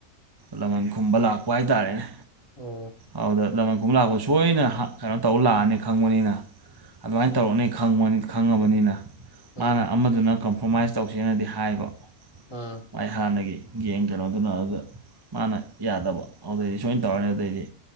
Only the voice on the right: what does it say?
ꯂꯃꯟ ꯈꯨꯝꯕ ꯂꯥꯛꯄ ꯍꯥꯏꯇꯥꯔꯦꯅꯦ꯫
ꯑꯗꯨꯗ ꯂꯃꯟ ꯈꯨꯝꯕ ꯂꯥꯛꯄ ꯁꯣꯏꯅ ꯍꯥ ꯀꯩꯅꯣ ꯇꯧꯕ ꯂꯥꯛꯑꯅꯤ ꯈꯪꯕꯅꯤꯅ ꯑꯗꯨꯃꯥꯏꯅ ꯇꯧꯔꯛꯅꯦ ꯈꯪꯉꯕꯅꯤꯅ
ꯃꯥꯅ ꯑꯃꯗꯨꯅ ꯀꯝꯄ꯭ꯔꯣꯃꯥꯏꯁ ꯇꯧꯁꯦꯅꯗꯤ ꯍꯥꯏꯕ
ꯃꯥꯏ ꯍꯥꯟꯅꯒꯤ ꯒꯦꯡ ꯀꯩꯅꯣꯗꯨꯅ ꯑꯗꯨꯗ ꯃꯥꯅ ꯌꯥꯗꯕ ꯑꯗꯨꯗꯩꯗꯤ ꯁꯣꯏꯅ ꯇꯧꯔꯅꯤ ꯑꯗꯨꯗꯩꯗꯤ